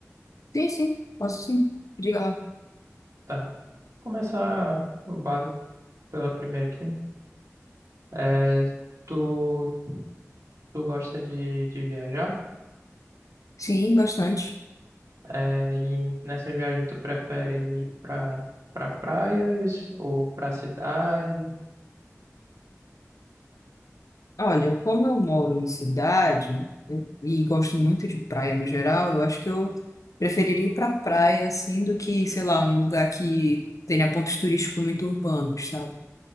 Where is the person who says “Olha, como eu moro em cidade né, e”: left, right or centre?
Left